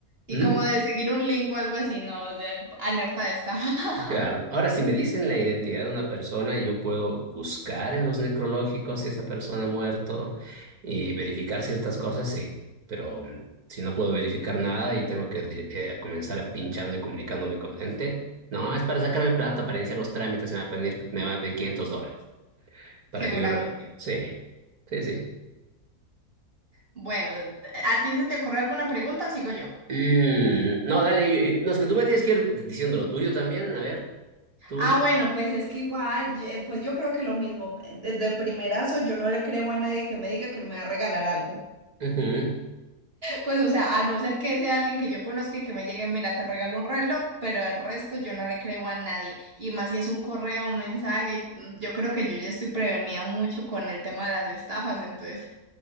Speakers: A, on the right; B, on the right.
A: y
B: ¿Mm?
A: como de seguir un link o algo así, no, Ya, alerta de esta, <laughs>
B: Claro. Ahora, si me dicen la identidad de una persona, yo puedo buscar en los necrológicos si esa persona ha muerto y verificar ciertas cosas, sí. Pero mm, si no puedo verificar nada y tengo que di- eh, comenzar pinchando y comunicándome con gente, no, es para sacarme plata, para iniciar los trámites, me va a pedir, me va a pedir 500 dólares para
A: seguramente.
B: que yo... re- Sí, sí, sí.
A: Bueno, ¿a ti se te ocurre alguna pregunta o sigo yo?
B: Mm, no, dale, yo- yo- no, es que tú me tienes que ir diciendo lo tuyo también, a ver, tú.
A: Ah, bueno, pues es que igual, yo- eh, pues yo creo que lo mismo. De, de primerazo, yo no le creo a nadie que me diga que me va a regalar algo.
B: Ujú.
A: Pues, o sea, a no ser que sea alguien que yo conozca y que me llegue, mira, te regalo un reloj, pero el resto yo no le creo a nadie. Y más si es un correo, un mensaje, mm, yo creo que yo ya estoy prevenida mucho con el tema de las estafas, entonces